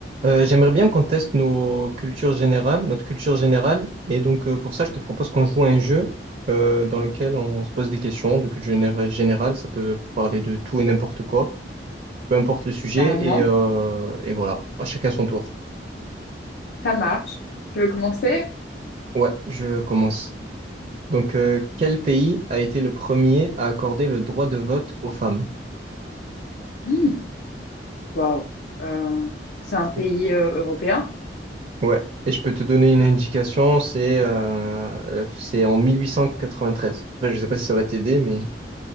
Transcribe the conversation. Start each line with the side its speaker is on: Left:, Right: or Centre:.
Right: Euh, j'aimerais bien qu'on teste nos cultures générales, notre culture générale. Et donc, euh, pour ça, je te propose qu'on joue à un jeu euh, dans lequel on se pose des questions de culture généra- générale. Ça peut parler de tout et n'importe quoi, peu importe le sujet.
Left: Carrément.
Right: Et, euh, et voilà, à chacun son tour.
Left: Ça marche. Tu veux commencer?
Right: Ouais, je commence. Donc, euh, quel pays a été le premier à accorder le droit de vote aux femmes?
Left: Hmm, Waouh. Euh, c'est un pays
Right: Oui.
Left: euh, européen.
Right: Ouais, et je peux te donner une indication, c'est euh, euh, c'est en 1893. Après, je sais pas si ça va t'aider, mais...